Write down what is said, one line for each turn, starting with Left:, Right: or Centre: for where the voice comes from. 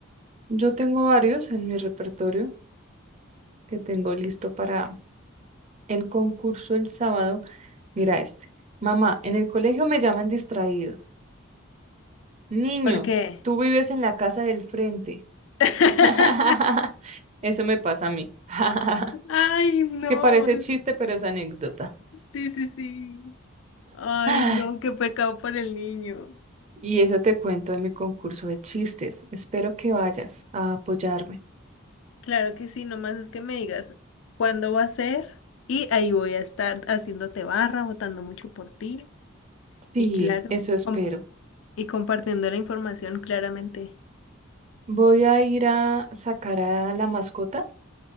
Right: Yo tengo varios en mi repertorio que tengo listo para el concurso el sábado. Mira este. Mamá, en el colegio me llaman distraído. Niño,
Left: ¿Por qué?
Right: tú vives en la casa del frente.
Left: <laughs>
Right: <laughs> Eso me pasa a mí. <laughs>
Left: Ay, no.
Right: Que parece chiste, pero es anécdota.
Left: Sí, sí, sí. Ay,
Right: <sighs> Ay,
Left: no, qué pecado por el niño.
Right: Y eso te cuento de mi concurso de chistes. Espero que vayas a apoyarme.
Left: Claro que sí, nomás es que me digas cuándo va a ser y ahí voy a estar haciéndote barra, votando mucho por ti
Right: Sí,
Left: y claro,
Right: eso espero.
Left: com- y compartiendo la información claramente.
Right: Voy a ir a sacar a la mascota